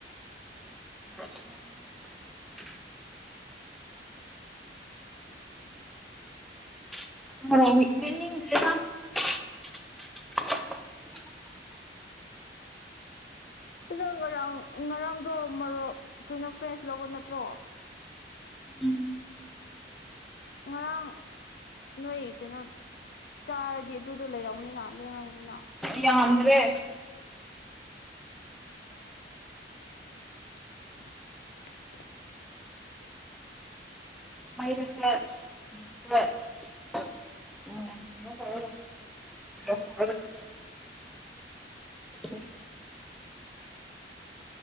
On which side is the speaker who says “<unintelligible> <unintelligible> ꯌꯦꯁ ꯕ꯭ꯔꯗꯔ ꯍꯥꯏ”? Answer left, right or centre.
Centre